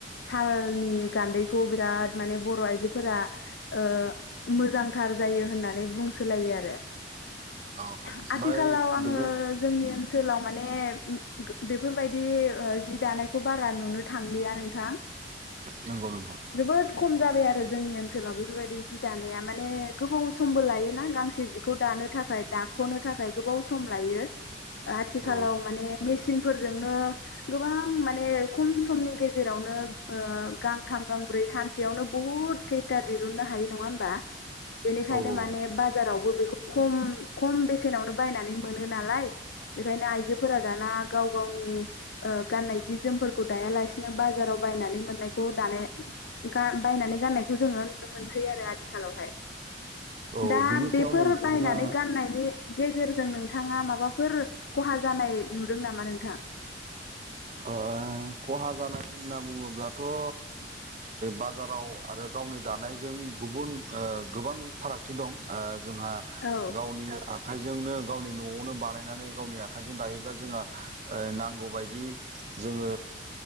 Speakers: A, on the left; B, on the right.
A: सालनि गान्दै खौ बिराद माने बर' आइजोफोरा ओ मोजांथार जायो होननानै बुंसोलायो आरो
B: ओमफ्राय
A: <unintelligible> आथिखालाव आङो
B: बेजों
A: जोंनि ओन सोलाव माने बेफोरबाय ओ दानायखौ बारा नुनो थांलिया नोंथां
B: नंगौ नोंथां
A: जोबोद खम जाबाय आरो जोंनि ओनसोलाव बेफोरबायदि जि दानाया माने गोबाव समबो लायोना गांसे जिखौ दानो थाखाय दाख'नो थाखाय गोबाव सम लायो नुयो ओ आथिखालाव
B: औ
A: माने मेसिनफोरजोंनो गो बां माने खम समनि गेजेरावनो ओ गा थाम गांब्रै सानसेयावनो बुहुत खैथा दिरुननो हायो नङा होमबा बेनिखायनो
B: औ औ
A: माने बाजारावबो बेखौ खम-खम बेसेनावनो बायनानै मोनो नालाय बेखायनो आइजोफोरा दाना गाव गावनि ओ गाननाय जि जोमफोरखौ दायालासिनो बाजाराव बायनानै मोननायखौ दानाय गा बायनानै गाननायखौ जोङो नुनो मोनसै आरो आथिखालावहाय
B: औ
A: दा
B: बिनि सायाव
A: बेफोर
B: नोंथाङा
A: बायनानै गाननायनि गेजेरजों नोंथाङा माबाफोर खहा जानाय नुदों नामा नोंथां
B: ओ खहा जानाय होनना बुङोब्लाथ' औ बाजाराव आरो गावनो बानायजों गुबुन ओ गोबां फारागथि दं। जोंहा
A: औ
B: गावनि आखाइजोंनो। गावनि न'आवनो बानायनानै गावनि आखाइजों दायोब्ला जोंहा ओ नांगौबायदि। जोङो